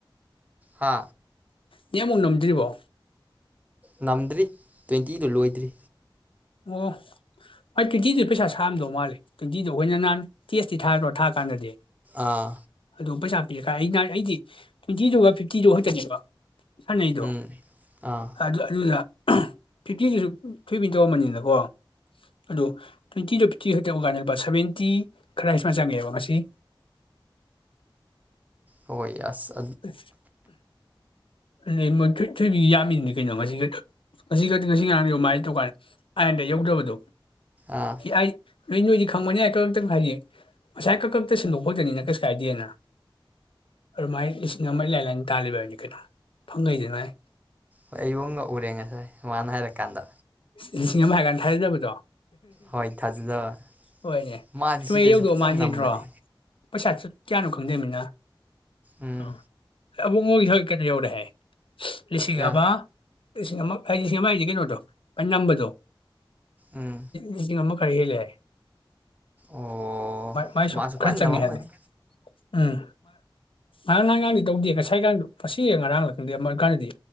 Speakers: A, on the right; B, on the left.
A: ꯍꯥ
B: ꯅ ꯑꯃꯨꯛ ꯅꯝꯗ꯭ꯔꯤꯕꯣ
A: ꯉꯝꯗ꯭ꯔꯤ ꯇ꯭ꯋꯦꯟꯇꯤꯗꯨ ꯂꯣꯏꯗ꯭ꯔꯤ
B: ꯑꯣ ꯃꯥꯏ ꯇ꯭ꯋꯦꯟꯇꯤꯗꯨ ꯄꯩꯁꯥ ꯁꯥꯝꯗꯧ ꯃꯥꯜꯦ ꯇ꯭ꯋꯦꯟꯇꯤꯗꯣ ꯑꯩꯈꯣꯏ ꯅꯍꯥꯟ ꯇꯦꯁꯇꯤ ꯊꯥꯗ꯭ꯔꯣ ꯊꯥ ꯀꯥꯟꯗꯗꯤ
A: ꯑꯥ
B: ꯑꯗꯨꯝ ꯄꯩꯁꯥ ꯄꯤꯔꯦ ꯈ ꯑꯩ ꯑꯩꯗꯤ ꯇ꯭ꯋꯦꯟꯇꯤꯗꯨꯒ ꯐꯤꯐꯇꯤꯗꯨ ꯈꯛꯇꯅꯦꯕ ꯁꯥꯟꯅꯩꯗꯣ
A: ꯎꯝ ꯑꯥ
B: ꯑꯗꯨ ꯑꯗꯨꯗ ꯐꯤꯇꯤꯗꯨꯁꯨ ꯊꯣꯏꯕꯤꯟꯗꯧꯑꯝ ꯑꯃꯅꯤꯅꯤꯅ ꯣ ꯑꯗꯣ ꯇ꯭ꯋꯦꯟꯇꯤ ꯇꯨ ꯐꯤꯞꯇꯤ ꯈ ꯇ ꯀꯥꯏꯠꯇ ꯁꯚꯦꯟꯇꯤ ꯈꯔ ꯍꯥꯏꯃ ꯆꯪꯉꯦꯕ ꯉꯁꯤ
A: ꯍ ꯑꯁ
B: ꯑ ꯣꯏꯣꯏ ꯊꯣꯏꯕꯤꯒꯤ ꯌꯥꯝꯃꯤꯗꯨꯅꯤ ꯀꯩꯅꯣ ꯉꯁꯤ ꯈ ꯉꯁꯤ ꯈꯛꯇ ꯉꯁꯤ ꯉꯔꯥꯡꯃꯥꯏ ꯇꯧꯀꯥꯟ ꯑꯥꯏꯟꯗ ꯌꯧꯗꯕꯗꯣ
A: ꯑꯥ
B: ꯑꯩ ꯅꯣꯏ ꯅꯣꯏꯗꯤ ꯈꯪꯕꯅꯤ ꯀ ꯈꯛꯇꯪ ꯍꯥꯏꯗꯤ ꯉꯁꯥꯏ ꯈꯛ ꯈꯛꯇ ꯁꯟꯗꯣꯛ ꯐꯗꯅꯤꯅ ꯀꯩꯁꯨ ꯀꯥꯏꯗꯦꯅ ꯑꯗꯨꯃꯥꯏ ꯂꯤꯁꯤꯡ ꯑꯃ ꯏꯂꯥꯏ ꯂꯥꯏꯅ ꯇꯥꯜꯂꯤꯕꯅꯤ ꯀꯩꯅꯣ ꯐꯪꯉꯩꯗꯅꯥꯏ
A: ꯍꯣꯏ ꯑꯩ ꯌꯣꯟꯒ ꯎꯔꯦ ꯉꯁꯥꯏ ꯃꯥꯃꯅ ꯍꯥꯏꯔꯀꯥꯟꯗ
B: ꯂꯤꯁꯤꯡ ꯑꯃ ꯍꯥꯏꯀꯥꯟꯗ ꯊꯥꯖꯗꯕꯗꯣ
A: ꯍꯣꯏ ꯊꯥꯖꯗꯕ
B: ꯍꯣꯏꯅꯦ
A: ꯃꯥꯗꯤ
B: ꯑꯗꯨꯃ
A: ꯁꯤꯗꯁꯨ
B: ꯌꯧꯗꯣꯛꯑ
A: ꯐꯖꯅ
B: ꯃꯥꯟꯖꯗ꯭ꯔꯣ
A: ꯅꯝꯕꯅꯦ
B: ꯄꯩꯁꯥ ꯀꯌꯥꯅꯣ ꯈꯪꯗꯃꯤꯅ
A: ꯎꯝ
B: ꯑ ꯑꯕꯣꯛ ꯃꯣꯏꯒꯤ ꯊꯒꯛ ꯀꯩꯗ ꯌꯧꯔꯦ ꯍꯥꯏ ꯂꯤꯁꯤꯡ
A: ꯀꯌꯥ
B: ꯑꯃ ꯁꯤꯡ ꯑꯃ ꯍꯥꯏꯁꯤꯦ ꯁꯤ ꯑꯃ ꯍꯥꯏꯁꯤ ꯀꯩꯅꯣꯗꯣ ꯑꯩ ꯅꯝꯕꯗꯣ
A: ꯎꯝ
B: ꯂꯤꯁꯤꯡ ꯑꯃ ꯈꯔ ꯍꯦꯜꯂꯦꯔꯦ
A: ꯑꯣ
B: ꯃꯥꯏꯁꯨ
A: ꯃꯥꯁꯨ
B: ꯈꯔ
A: ꯐꯖꯅ
B: ꯆꯪꯉꯦ
A: ꯅꯝꯃꯝꯒꯅꯤ
B: ꯍꯥꯏꯅꯤ ꯎꯝ ꯉꯔꯥꯡ ꯅꯍꯒꯥꯡꯗꯤ ꯇꯧꯗꯦ ꯉꯁꯥꯏꯀꯗꯣ ꯃꯁꯤ ꯉꯔꯥꯡ ꯂꯥꯛ ꯈꯪꯗꯦ ꯑꯃ ꯑꯣꯏꯀꯥꯟꯗꯗꯤ